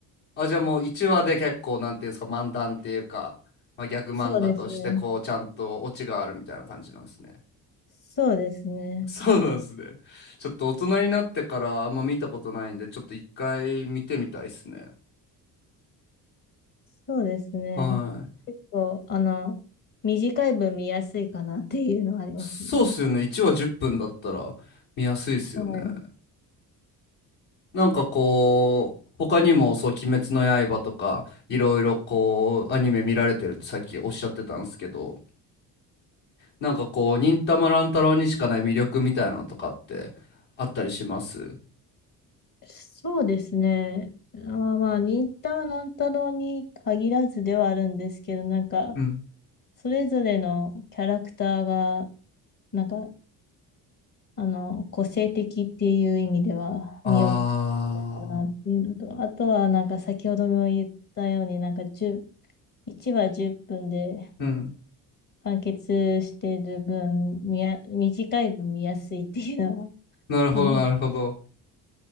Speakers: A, on the left; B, on the left.
A: あ、じゃあもう1話で結構なんていうんですか漫談っていうか、まあ、ギャグ漫画としてこうちゃんとオチがあるみたいな感じなんですね。
B: そうですね。そうですね。
A: <laughs> そうなんですね。ちょっと大人になってからあんま見たことないんで、ちょっと一回見てみたいですね。
B: そうですね。
A: はい。
B: 結構、あの、短い分見やすいかなっていうのはありますね。
A: そうっすよね。1話10分だったら見やすいっすよね。
B: はい。
A: なんかこう、他にもそう、鬼滅の刃とか、いろいろこう、アニメ見られてるってさっきおっしゃってたんですけど、なんかこう、忍たま乱太郎にしかない魅力みたいなのとかってあったりします
B: そうですね。あー、まあ、忍たま乱太郎に限らずではあるんですけど、なんか、
A: うん。
B: それぞれのキャラクターが、なんか、あの、個性的っていう意味では見送ったかなっていうのと、
A: あ
B: あとはなんか先ほども言ったように、なんか10、1話10分で、
A: ー。うん。
B: 完結してる分、見や、短い分見やすいっていうのは
A: なるほど、
B: あります。
A: なるほど。